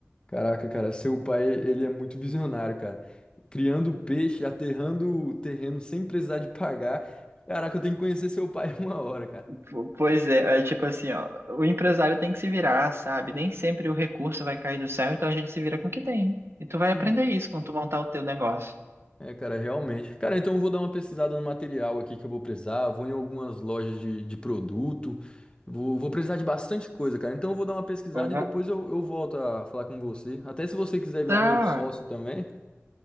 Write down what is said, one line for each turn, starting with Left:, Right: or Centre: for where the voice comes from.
Left: Caraca, cara, seu pai, ele é muito visionário, cara. Criando peixe, aterrando o terreno sem precisar de pagar. Caraca, eu tenho que conhecer seu pai <laughs> uma hora, cara.
Right: Po- Pois é, é tipo assim, ó, o empresário tem que se virar, sabe? Nem sempre o recurso vai cair do céu, então a gente se vira com o que tem. E tu vai
Left: Sim.
Right: aprender isso quando tu montar o teu negócio.
Left: É, cara, realmente. Cara, então eu vou dar uma pesquisada no material aqui que eu vou precisar. Vou em algumas lojas de, de produto. Vou, vou precisar de bastante coisa, cara. Então eu vou dar uma pesquisada
Right: Uhum.
Left: e depois eu, eu volto a falar com você. Até se você quiser virar
Right: Tá.
Left: meu sócio também.